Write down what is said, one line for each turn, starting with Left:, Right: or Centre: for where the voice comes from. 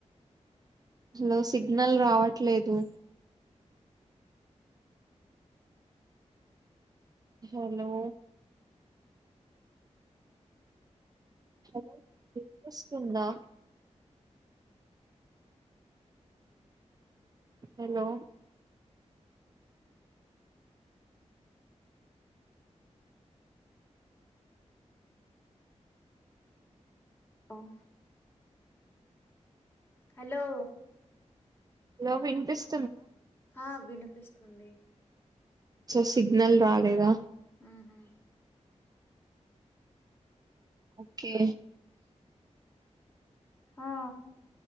Right: హలో సిగ్నల్ రావట్లేదు హలో హలో వినిపిస్తుందా హలో
Left: హలో హలో
Right: హలో వినిపిస్
Left: ఆ వినిపిస్తుంది
Right: సో సిగ్నల్ రాలేదా
Left: ఉహు
Right: ఓకే
Left: ఆ